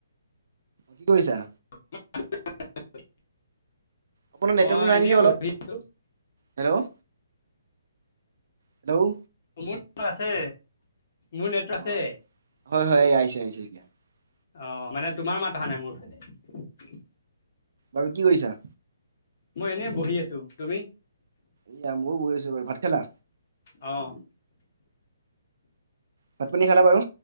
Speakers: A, on the right; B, on the left.
A: কি কৰিছা?
B: <unintelligible>
A: আপোনাৰ
B: মই
A: নেটৱৰ্কটো নাই
B: এনেই
A: নেকি
B: বহি
A: অলপ
B: আছো।
A: হেল্ল' হেল্ল',
B: মোৰ আছে মোৰ নেট
A: অ
B: আছে।
A: হয় হয় <inaudible>
B: অ, মানে তোমাৰ মাত আহা নাই মোৰ ফালে
A: বাৰু কি কৰিছা?
B: মই এনেই বহি আছো তুমি?
A: এয়া মইও বহি আছো বাৰু ভাত খালা?
B: অ',
A: ভাত পানী খালা বাৰু